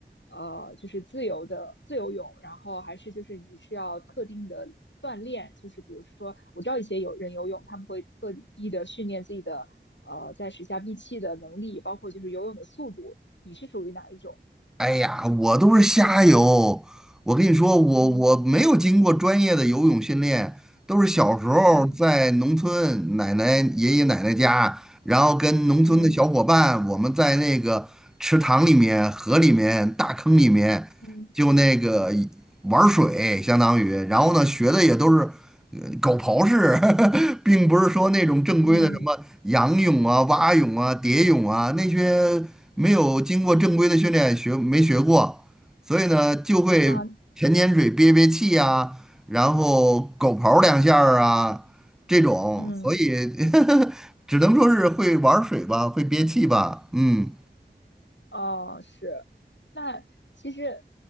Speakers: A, on the left; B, in the centre.
A: 呃就是自由的自由泳，然后还是就是你是要特定的锻炼，就是比如说我知道一些有人游泳，他们会特意的训练自己的呃在水下闭气的能力，包括就是游泳的速度，你是属于哪一种？
B: 哎呀，我都是瞎游。我跟你说，我我没有经过专业的游泳训练，
A: 嗯
B: 都是小时候在农村奶奶、
A: 嗯
B: 爷爷奶奶家，然后跟农村的小伙伴，
A: 嗯
B: 我们在那个池塘里面、河里面、大坑里面，
A: 嗯
B: 就那个玩水，相当于。然后呢，学的也都是呃狗刨式，<laughs> 并不是说那种正规的什么仰泳啊、
A: 嗯
B: 蛙泳啊、蝶泳啊那些。没有经过正规的训练学没学过，所以呢就会舔舔嘴、
A: 啊
B: 憋憋气呀、然后狗刨两下儿啊这种，
A: 嗯。
B: 所以 <laughs> 只能说是会玩儿水吧，会憋气吧。嗯，
A: 哦，是，那其实，